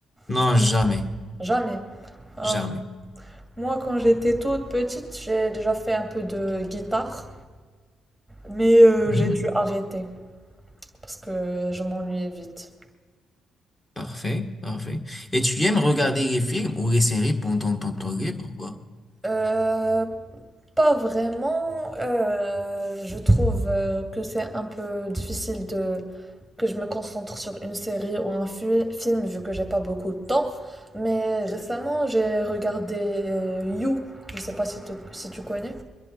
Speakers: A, on the left; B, in the centre.
A: Non,
B: Tu-
A: jamais,
B: Jamais. Ah.
A: jamais.
B: Moi, quand j'étais toute petite, j'ai déjà fait un peu de guitare, mais euh,
A: Hmm,
B: j'ai dû arrêter parce que je m'ennuyais vite.
A: Parfait, parfait. Et tu aimes regarder les films ou les séries pendant ton temps libre, pourquoi?
B: Euh, pas vraiment. euh, je trouve euh, que c'est un peu difficile de que je me concentre sur une série ou un fi- film vu que j'ai pas beaucoup de temps. Mais récemment, j'ai regardé euh, You. Je sais pas si tu, si tu connais.